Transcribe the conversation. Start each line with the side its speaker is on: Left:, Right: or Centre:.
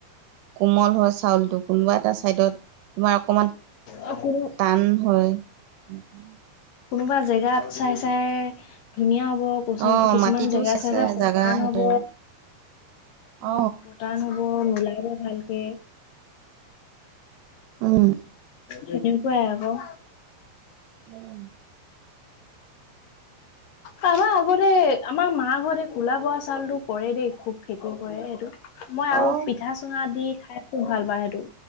Right: কোমল হয় চাউল টো কোনোবা এটা চাইডত। তোমাৰ অকমান
Left: অ'
Right: টান হয়। <inaudible>
Left: কোনোবা জেগাত চাই চাই ধুনীয়া হ'ব।
Right: অ
Left: কিছুমান
Right: মাটিটো
Left: জেগা চাই চাই পতান
Right: জাগা সেইটো
Left: হ'ব
Right: আৰু অ
Left: উম, পতান হব। নোলাব ভালকে।
Right: উম
Left: তেনেকুৱাই আকৌ।
Right: উম।
Left: তাবাৰ আগতে আমাৰ মা হতে কোলা বৰা চাউলটো কৰে দেই খুব খেতি কৰে সেইটো। মই
Right: অ
Left: আৰু পিঠা চুঙা দি খাই খুব ভাল পাওঁ সেইটো